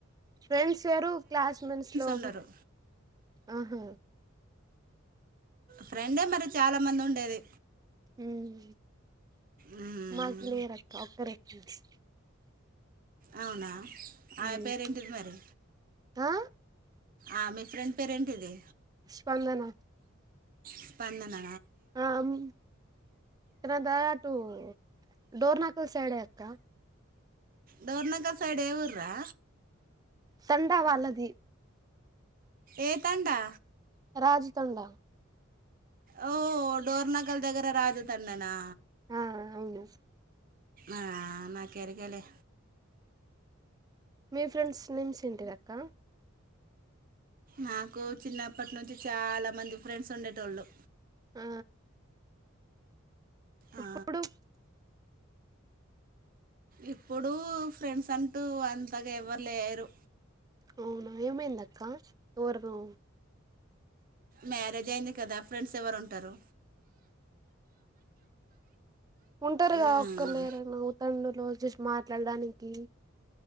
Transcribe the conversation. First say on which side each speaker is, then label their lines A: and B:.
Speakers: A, on the right; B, on the right.
A: ఫ్రెండ్స్ వేరు క్లాస్ మెంట్స్ లో
B: ఉన్నారు
A: ఆహా
B: ఫ్రెండే మరి చాలా మంది ఉండేది
A: హ్మ్
B: మ్మ్.
A: మాక్ లేరక్క ఒక్కరే ఫ్రెండ్స్
B: అవునా ఆమె
A: మ్మ్
B: పేరు ఏంటిది మరి
A: ఆ
B: ఆ మీ ఫ్రెండ్ పేరు ఏంటిది
A: స్పందన
B: స్పందన
A: ఆ ఉమ్, తనదా అటు డోర్నాకల్ సైడే అక్క
B: దౌర్నగర్ సైడ్ ఏఊర్రా
A: సండ వాళ్లది
B: ఏ తండా
A: రాజుతండా
B: ఓ డోర్నకల్ దగ్గర రాజ తన్ననా
A: ఆ అవును
B: ఆ నాకరకలే
A: మీ ఫ్రెండ్స్ నేమ్స్ ఏంటిదక్క
B: నాకు చిన్నప్పటి నుంచి చాలా మంది ఫ్రెండ్స్ ఉండేటోళ్ళు
A: ఆ
B: ఆ
A: ఇప్పుడు
B: ఇప్పుడు ఫ్రెండ్స్ అంటూ అంతగా ఎవ్వరు లేరు
A: అవునా ఏమైంద అక్క వరు
B: మ్యారేజ్ అయింది కదా ఫ్రెండ్స్ ఎవరుంటారు
A: ఉంటారు కద
B: ఉమ్,
A: ఒక్క లేరవు తండడులో జస్ట్ మార్చ మాట్లా వెళ్డానికి